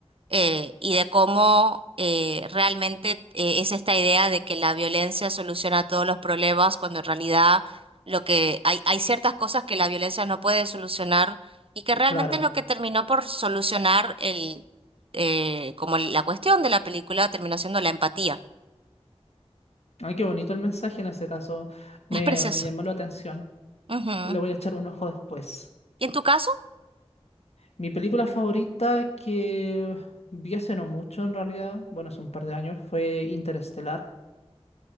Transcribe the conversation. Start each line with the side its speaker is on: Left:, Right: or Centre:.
Right: eh, y de cómo eh, realmente eh, es esta idea de que la violencia soluciona todos los problemas, cuando en realidad lo que hay, hay ciertas cosas que la violencia no puede solucionar y que realmente
Left: claro.
Right: lo que terminó por solucionar el eh, como la cuestión de la película terminó siendo la empatía.
Left: Ay, qué bonito el mensaje en ese caso.
Right: Es
Left: Me,
Right: precioso.
Left: me llamó la atención.
Right: Ujú.
Left: Le voy a echar un ojo después.
Right: ¿Y en tu caso?
Left: Mi película favorita que vi hace no mucho en realidad, bueno, hace un par de años, fue Interestelar.